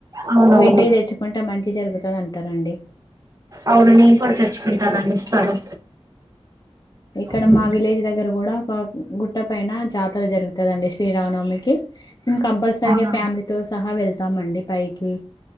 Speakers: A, on the right (about 30°); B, on the left (about 35°).
A: అవునవును
B: అవి ఇంటికి తెచ్చుకుంటే మంచి జరుగుతంది అంటారండి
A: అవును నేను కూడా తెచ్చుకుంటానండి ఇస్తారు
B: ఇక్కడ
A: హ్మ్.
B: మా విలేజ్ దగ్గర గుడా ఒక గుట్ట పైన జాతర జరుగుతదండి శ్రీరామనవమికి మేం కంపల్సరిగా
A: అవునా
B: ఫ్యామిలీతో సహా వెళ్తాం అండి పైకి